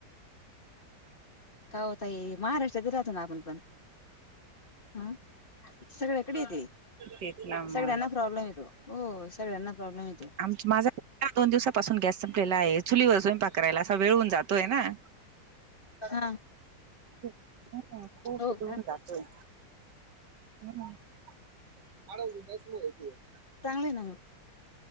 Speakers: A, on the left; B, on the right.
A: का ओ ताई महाराष्ट्रात राहतो ना आपण पण. हम्म सगळ्याकडे ये ते
B: तेच ना मग
A: सगळ्यांना प्रॉब्लेम आहे तो हो. सगळ्यांना प्रॉब्लेम ये तो.
B: आमचा माझा दोन दिवसापासून गॅस संपलेला आहे चुलीवर स्वयंपाक करायला असा वेळ होऊन जातोय ना.
A: हा.
B: हम्म खुप
A: हो
B: <unintelligible> येऊन
A: का
B: जातोयं. <unintelligible> <inaudible>
A: चांगलंय ना मग.